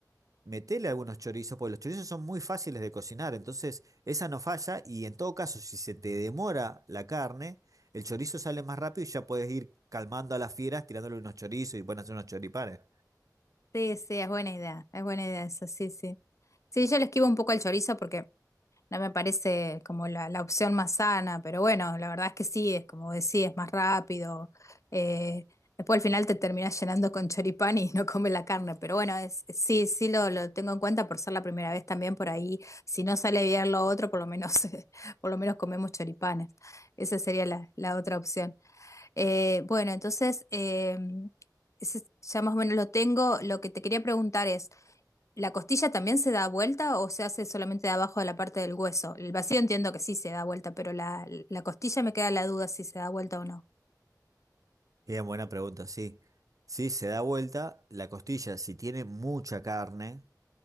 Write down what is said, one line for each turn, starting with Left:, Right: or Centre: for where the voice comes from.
Right: metele algunos chorizos, porque los chorizos son muy fáciles de cocinar. Entonces, esa no falla. Y en todo caso, si se te demora la carne, el chorizo sale más rápido y ya puedes ir calmando a las fieras tirándole unos chorizos y pueden hacer unos choripanes.
Left: Sí, sí, es buena idea, es buena idea eso, sí, sí. Sí, yo le esquivo un poco al chorizo porque No me parece como la, la opción más sana, pero bueno, la verdad es que sí, es como decís, es más rápido. eh, después al final te terminás llenando con choripán y no comes la carne, pero bueno, es, sí, sí lo, lo tengo en cuenta por ser la primera vez también por ahí. Si no sale bien lo otro, por lo menos, <laughs> por lo menos comemos choripanes. Esa sería la, la otra opción. Eh, bueno, entonces, eh, ese ya más o menos lo tengo. Lo que te quería preguntar es... ¿La costilla también se da vuelta o se hace solamente de abajo de la parte del hueso? El vacío entiendo que sí se da vuelta, pero la, la costilla me queda la duda si se da vuelta o no.
Right: Bien, buena pregunta, sí. Si se da vuelta, la costilla, si tiene mucha carne,